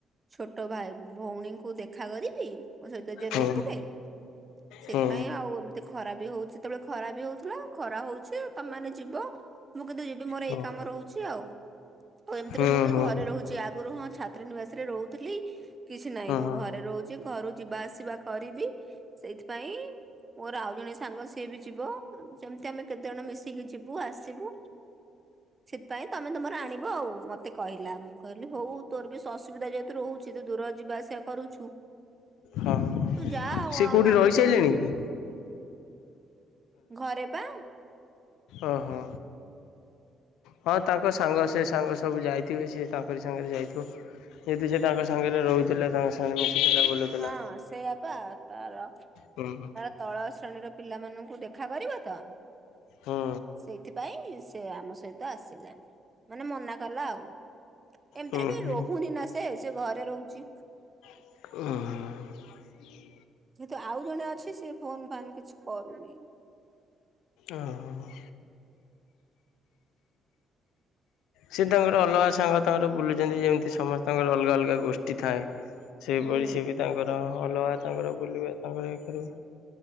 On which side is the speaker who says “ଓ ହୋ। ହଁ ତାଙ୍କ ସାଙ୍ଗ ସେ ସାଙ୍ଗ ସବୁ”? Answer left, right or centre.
Left